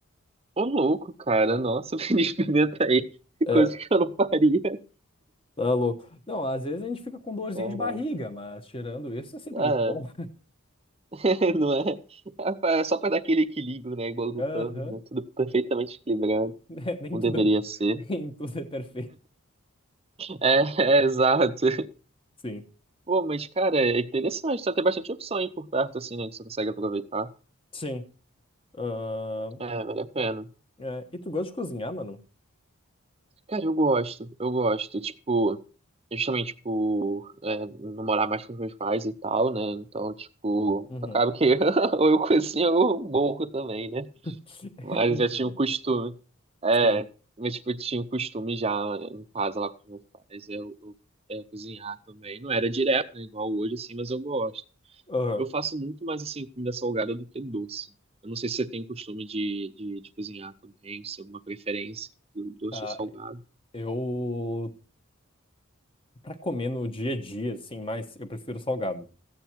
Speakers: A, on the right (about 25°); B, on the left (about 25°).
A: Ô, louco, cara.
B: É.
A: Nossa, <laughs> me experimenta aí.
B: É,
A: Coisa que eu não faria.
B: tá louco. Não, às vezes a gente fica com dorzinha
A: Caraca.
B: de barriga, mas tirando isso é sempre
A: É,
B: muito bom.
A: <laughs> não é? É pra- é só pra dar aquele equilíbrio, né? Igual do
B: <laughs> Aham.
A: Thanos, né? Tudo perfeitamente equilibrado.
B: <laughs> Nem
A: Como
B: tudo
A: deveria
B: é bom.
A: ser.
B: <laughs> Nem tudo é perfeito.
A: É, <laughs> é exato.
B: Sim.
A: Pô, mas, cara, é interessante. Tá tem bastante opção aí por perto, assim, né? Que você consegue aproveitar.
B: Sim. Ah,
A: É, vale a pena.
B: é, E tu gosta de cozinhar, mano?
A: Cara, eu gosto. Eu gosto. Tipo, justamente, por é, não morar mais com os meus pais e tal, né? Então, tipo,
B: Uhum.
A: acaba que <laughs> ou eu cozinho ou eu morro também, né?
B: <laughs>
A: Mas
B: Então,
A: eu já tinha o costume. É,
B: sim.
A: mas, tipo, eu tinha o costume já em casa lá com os meus pais. Eu, eu, é, cozinhar também. Não era direto, né? Igual hoje, assim, mas eu gosto.
B: Aham.
A: Eu faço muito mais assim comida salgada do que doce. Eu não sei se você tem o costume de, de, de cozinhar também, se tem alguma preferência do doce
B: Ah,
A: ou salgado.
B: eu, pra comer no dia a dia, assim, mas eu prefiro salgado.